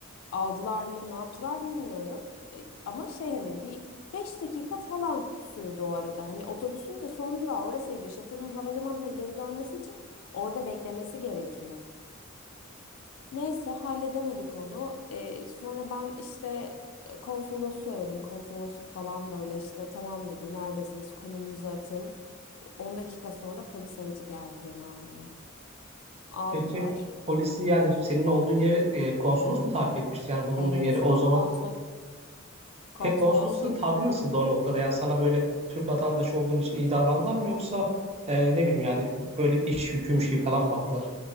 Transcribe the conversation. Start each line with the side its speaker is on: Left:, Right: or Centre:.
Left: aldılar mı ne yaptılar bilmiyorum. E, ama şey hani bir 5 dakika falan sürdü o arada. Hani otobüsün de son durağı orasıydı. Shuttle'ın havalimanına geri dönmesi için orada beklemesi gerekiyor. Neyse halledemedik onu. Ee, sonra ben işte e, konsolosu aradım. Konsolosluk falan böyle işte tamam dedi neredesiniz konumunuzu atın. 10 dakika sonra polis aracı geldi beni almaya. Aldılar.
Right: peki polisi yani senin olduğun yeri e, konsolos mu tarif etmişti? Yani bulunduğun
Left: Evet
Right: yeri o zaman.
Left: konsol konsolosluk
Right: Peki konsolosun tavrı nasıldı o noktada? Yani sana böyle Türk vatandaşı olduğun için iyi davrandılar mı yoksa e, ne bileyim yani böyle iş yüküymüş gibi falan mı baktılar?